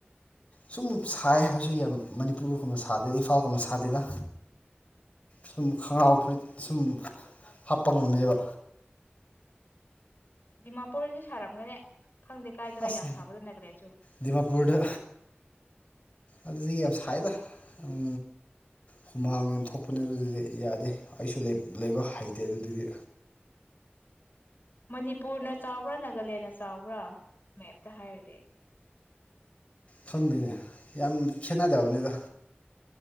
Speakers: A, on the left (about 30°); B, on the left (about 55°).
A: ꯁꯨꯝ ꯁꯥꯏ ꯍꯥꯏꯔꯁꯨ ꯌꯥꯝ ꯃꯅꯤꯄꯨꯔꯒꯨꯝꯅ ꯁꯥꯗꯦꯗ ꯏꯝꯐꯥꯜꯒꯨꯝꯕ ꯁꯥꯗꯦꯗ ꯁꯨꯝ ꯈꯣꯡꯒ꯭ꯔꯥꯎ ꯐꯨꯔꯤꯠ ꯁꯨꯝ ꯍꯥꯞꯄ ꯉꯝꯃꯦꯕ
B: ꯗꯤꯃꯥꯄꯨꯔꯗꯤ ꯁꯥꯔꯝꯒꯅꯦ ꯈꯪꯗꯦ ꯀꯥꯏꯗꯔꯥ
A: ꯑꯁ
B: ꯌꯥꯝ ꯁꯥꯕꯗꯣ ꯅꯒꯂꯦꯟꯁꯨ
A: ꯗꯤꯃꯥꯄꯨꯔꯗ ꯑꯗꯨꯗꯤ ꯌꯥꯝ ꯁꯥꯏꯌꯦꯗ ꯎꯝ ꯍꯨꯃꯥꯡ ꯌꯥꯝꯦꯝꯊꯣꯛꯄꯅꯦ ꯑꯗꯨꯗꯨꯗꯤ ꯌꯥꯗꯦ ꯑꯩꯁꯨ ꯂꯩꯕ ꯍꯩꯇꯦ ꯑꯗꯨꯗꯨꯗꯤ
B: ꯃꯅꯤꯄꯨꯔꯅ ꯆꯥꯎꯕ꯭ꯔꯥ ꯅꯥꯒꯥꯂꯦꯟꯅ ꯆꯥꯎꯕ꯭ꯔꯥ ꯃꯦꯞꯇ ꯍꯥꯏꯔꯗꯤ
A: ꯐꯪꯗꯦꯅꯦ ꯌꯥꯝ ꯈꯦꯠꯅꯗꯕꯅꯤꯗ